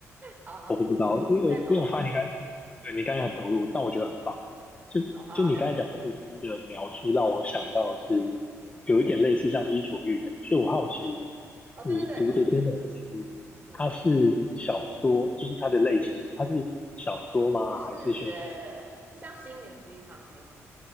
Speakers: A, on the right; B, on the left.
A: 好好，
B: 我不知道，因为我因为我发现你刚才对你刚才很投入，
A: 我们可以重录，我们可以重录。
B: 但我觉得很棒。就就你刚才讲这个书的描述，
A: 哦，好，好，等一下我们可以的。
B: 让我想到是
A: 嗯，
B: 有一点类似像《伊索寓言》，所以我好奇
A: 哦，
B: 你读的这本书，
A: 对对对，伊索寓言，嗯嗯，
B: 它是小说，就是它的类型，它是小说吗？
A: 不是诶、
B: 还是就是
A: 是像心灵鸡汤那种，